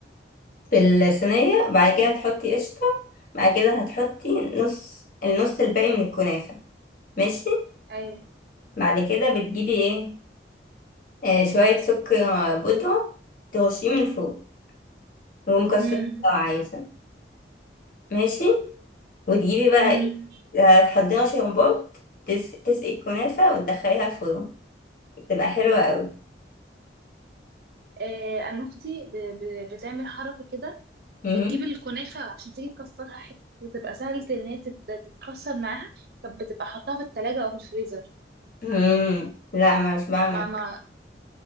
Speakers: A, on the left; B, on the right.
A: في الصينية بعد كده هتحطي قشطة بعد كده هتحطي نص النص الباقي من الكنافة ماشي
B: ايوه
A: بعد كده بتجيبي ايه آه شوية سكر بودرة ترشيه من فوق ومكسرات
B: امم
A: لو عايزة ماشي وتجيبي بقى
B: امم
A: ايه هتحضري شربات تس... تسقي الكنافة وتدخليها الفرن بتبقى حلوة قوي
B: آه انا اختي ب... ب... بتعمل حركه كده
A: مهم.
B: بتجيب الكنافه عشان تيجي تكسرها حته وتبقى سهله ان هي تت... تتكسر معاها طب بتبقى حطاها في التلاجة او في الفريزر
A: مم. لا ما مش بعمل
B: ما ما